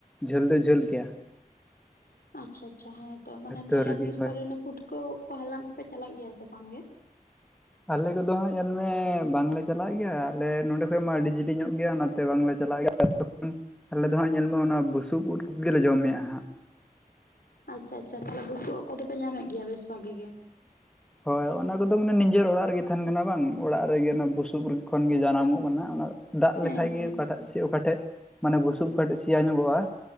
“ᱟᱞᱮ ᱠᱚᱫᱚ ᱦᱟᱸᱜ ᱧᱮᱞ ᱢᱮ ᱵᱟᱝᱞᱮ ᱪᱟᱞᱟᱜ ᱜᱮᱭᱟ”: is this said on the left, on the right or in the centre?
Centre